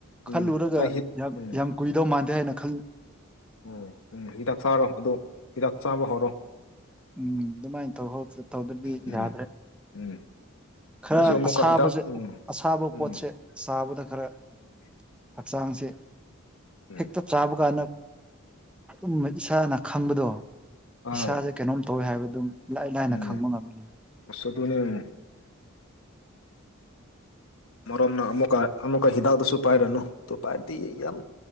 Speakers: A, on the left; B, in the centre.
A: ꯎꯝ
B: ꯈꯜꯂꯨꯔꯒ
A: ꯑꯩ ꯍꯤꯠ
B: ꯌꯥꯝ
A: ꯎꯝ
B: ꯌꯥꯝ ꯀꯨꯏꯗꯧ ꯃꯥꯟꯗꯦ ꯍꯥꯏꯅ ꯈꯜ
A: ꯎꯝ ꯎꯝ ꯍꯤꯗꯥꯛ ꯆꯥꯔꯣ ꯑꯗꯨ ꯍꯤꯗꯥꯛ ꯆꯥꯕ ꯍꯧꯔꯣ
B: ꯎꯝꯝ ꯑꯗꯨꯃꯥꯏ ꯇꯧꯍꯧ ꯇꯧꯗ꯭ꯔꯗꯤ
A: ꯎꯝ
B: ꯌꯥꯗ꯭ꯔꯦ
A: ꯎꯝ
B: ꯈꯔ
A: ꯑꯩꯁꯨ ꯑꯃꯨꯛꯀ
B: ꯑꯁꯥꯕꯖꯦ
A: ꯍꯤꯗꯥꯛ ꯎꯝ
B: ꯑꯁꯥꯕ
A: ꯎꯝ
B: ꯄꯣꯠꯁꯦ ꯆꯥꯕꯗ ꯈꯔ
A: <inaudible>
B: ꯍꯛꯆꯥꯡꯁꯤ
A: ꯎꯝ
B: ꯍꯦꯛꯇ ꯆꯥꯕ ꯀꯥꯟꯗꯥ ꯑꯗꯨꯝ ꯏꯁꯥꯅ ꯈꯪꯕꯗꯣ
A: ꯑꯪ
B: ꯏꯁꯥꯁꯦ ꯀꯩꯅꯣꯝ ꯇꯧꯋꯦ ꯍꯥꯏꯕꯗꯨ꯫ ꯏꯔꯥꯏ ꯂꯥꯏꯅ
A: ꯎꯝ
B: ꯈꯪꯕ ꯉꯝꯃꯤ
A: ꯑꯁ ꯑꯗꯨꯅꯦ
B: <inaudible>
A: ꯃꯔꯨꯞꯝꯅ ꯑꯃꯨꯛꯀ ꯑꯃꯨꯛꯀ ꯍꯤꯗꯥꯛꯇꯨ ꯄꯥꯏꯔꯅꯨ ꯑꯗꯨ ꯄꯥꯏꯔꯗꯤ ꯌꯥꯝ